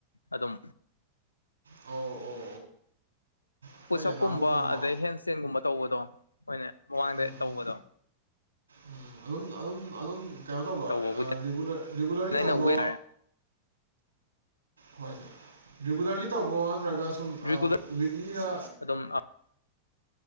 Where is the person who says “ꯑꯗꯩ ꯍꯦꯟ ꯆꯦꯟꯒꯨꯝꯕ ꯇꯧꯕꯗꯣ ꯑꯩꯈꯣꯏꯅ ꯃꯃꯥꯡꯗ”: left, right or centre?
Left